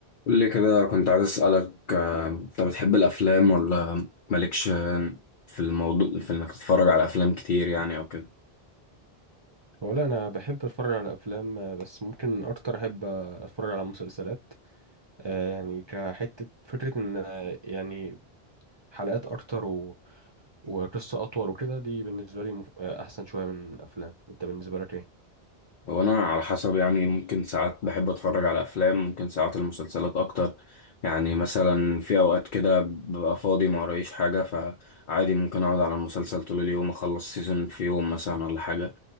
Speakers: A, on the left (about 55°); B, on the right (about 30°).
A: قول لي كده كنت عايز أسألك آه، انت بتحب الافلام ولا مالكش في الموضوع في انك تتفرج على افلام كتير يعني او كده
B: ولا انا بحب اتفرج على افلام آه، بس ممكن اكتر احب آه، اتفرج على مسلسلات آه، يعني كحته فكره ان آه، يعني حلقات اكتر و... وقصه اطول وكده دي بالنسبه لي مف... آه، احسن شويه من الافلام انت بالنسبه لك ايه
A: هو انا على حسب يعني ممكن ساعات بحب اتفرج على افلام ممكن ساعات المسلسلات اكتر يعني مثلا في اوقات كده ببقى فاضي ما ورايش حاجة فعادي ممكن اقعد على المسلسل طول اليوم اخلص سيزون في يوم مثلا ولا حاجة